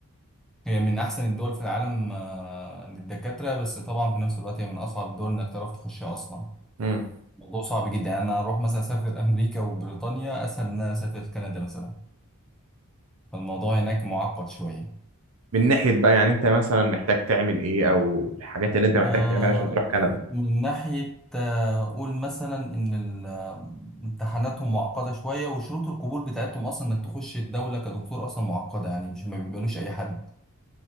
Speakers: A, in the centre; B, on the right.
A: هي من احسن الدول في العالم آه، للدكاتره بس طبعا في نفس الوقت هي من اصعب الدول انك تعرف تخشها اصلا
B: مم.
A: الموضوع صعب جدا يعني انا اروح مثلا اسافر امريكا وبريطانيا اسهل من ان انا اسافر كندا مثلا فالموضوع هناك معقد شويه
B: من ناحيه بقى يعني انت مثلا محتاج تعمل ايه او الحاجات اللي انت محتاج
A: آه،
B: تعملها عشان تروح كندا
A: من ناحية آه، قول مثلا إن ال- آه، امتحاناتهم معقدة شوية وشروط القبول بتاعتهم أصلا إنك تخش الدولة كدكتور أصلا معقدة يعني مش ما بيقبلوش أي حد